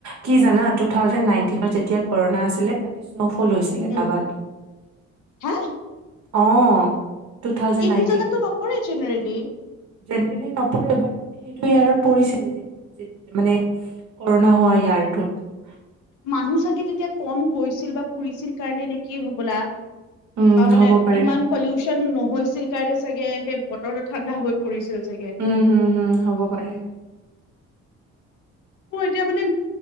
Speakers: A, on the right; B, on the left.
A: কি জানা টু থাউজেন নাইনিটনত যেতিয়া কৰণা আছিলে তাতে চব লৈছিলে
B: উম
A: নাবাত
B: হা
A: অঁ। টু থাউজেন
B: এইটো
A: নাইনটিনত,
B: জেগাতটো নপৰে জেনেৰেলি
A: যেনেৰেলি নপৰে বাট সেইটো ইয়াৰত পৰিছিলে <unintelligible> যে যে মানে কৰোণা হোৱা ইয়াৰটোত।
B: মানুহ চাগে তেতিয়া কম গৈছিল বা ফুৰিছিল কাৰণে নে কি হবলা।
A: উম
B: তাৰমানে
A: হ'ব পাৰে
B: ইমান পলিউচন নহৈছিল কাৰণে চাগে সেই বতৰটো ঠাণ্ডা হৈ পৰিছিল চাগে
A: উম হম-হম হ'ব পাৰে।
B: মোৰ এতিয়া মানে,